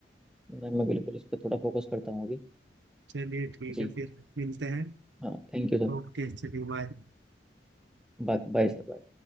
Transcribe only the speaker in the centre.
मैं मैं बिल्कुल इस पर थोड़ा फोकस करता हूँ अभी
जी
हाँ thank you sir
Bye bye sir bye